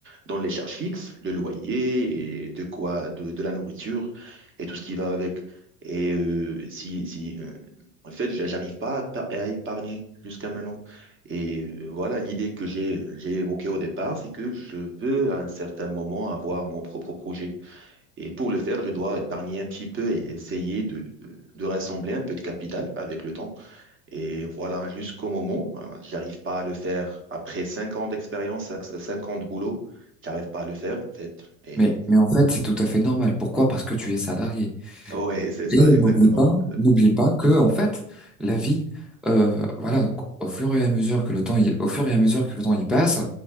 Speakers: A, on the right; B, in the centre.
A: dans les charges fixes, le loyer et de quoi, de, de la nourriture et tout ce qui va avec. Et euh, si, si euh, en fait, j'a- j'arrive pas à, pa- à épargner jusqu'à maintenant. Et euh, voilà l'idée que j'ai j'ai évoquée au départ, c'est que je veux à un certain moment avoir mon propre projet. Et pour le faire, je dois épargner un petit peu et essayer de, de, de rassembler un peu de capital avec le temps. Et voilà, jusqu'au moment, hein, j'arrive pas à le faire. Après cinq ans d'expérience, cinq cinq ans de boulot, j'arrive pas à le faire, en fait. Et
B: mais, mais en fait, c'est tout à fait normal. Pourquoi? Parce que tu es salarié.
A: ouais, <laughs> c'est ça,
B: Et
A: exactement.
B: n'oublie pas, n'oublie pas que en fait, la vie, euh, voilà, donc au fur et à mesure que le temps, il- au fur et à mesure que le temps y passe,